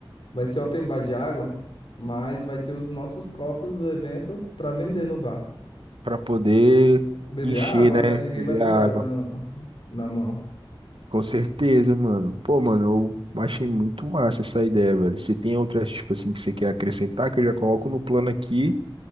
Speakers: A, on the left (about 65°); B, on the right (about 70°).
A: Vai ser open bar de água, mas vai ter os nossos copos do evento pra vender no bar.
B: pra poder
A: Beber
B: encher,
A: água,
B: né?
A: né? Ninguém
B: Beber
A: vai beber
B: água.
A: água no- na mão.
B: Com certeza, mano. Pô, mano, eu achei muito massa essa ideia, velho. Você tem outras, tipo assim, que você quer acrescentar, que eu já coloco no plano aqui,